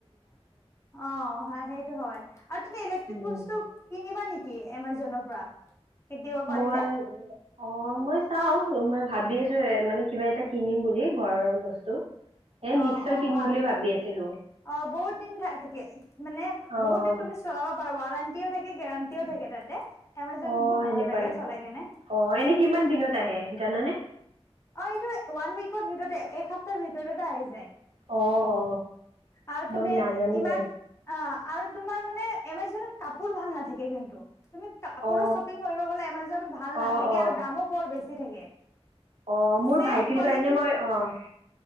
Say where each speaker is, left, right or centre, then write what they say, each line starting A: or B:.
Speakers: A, on the left; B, on the right.
A: অ সেইটো হয় আৰু তুমি ইলেক্ট্ৰিক
B: উম
A: বস্তু কিনিবা নেকি কি এমাজনৰ পৰা কেতিয়াবা পাৰিলে
B: মই অ মই চাও মই ভাবি আছো এ মানে কিবা এটা কিনিম বুলি ঘৰৰ বস্তু এ মিক্সাৰ
A: অ অ
B: কিনিম
A: ভাল
B: বুলি ভাবি আছিলো
A: অ বহুত দিন তাকে মানে
B: অ
A: বহুত দিন তুমি চলাবা ৱাৰেণ্টিও থাকে গেৰাণ্টিও থাকে তাতে এমাজনত
B: অ
A: বহুত
B: সেনেকুৱা
A: ভাল লাগে
B: নেকি
A: চলাই কেনে
B: অ এনে কিমান দিনত আহে জানানে
A: অ' এইটো ৱান উইকৰ ভিততে এসপ্তাহ ভিতৰতে আহি যায়
B: অ অ
A: আৰু
B: মই
A: তুমি
B: নাজানোৱে
A: ইমান আৰু তোমাৰ মানে এমাজনত কাপোৰ ভাল নাথাকে কিন্তু তুমি কাপোৰো
B: অ
A: শ্বপিং কৰিব গ'লে এমাজন ভাল
B: অ
A: নাথাকে
B: অ
A: আৰু দামো বৰ বেছি থাকে।
B: অ' মোৰ
A: ছেম
B: ভাইটিৰ
A: কোৱালিটি
B: কাৰণে মই অ'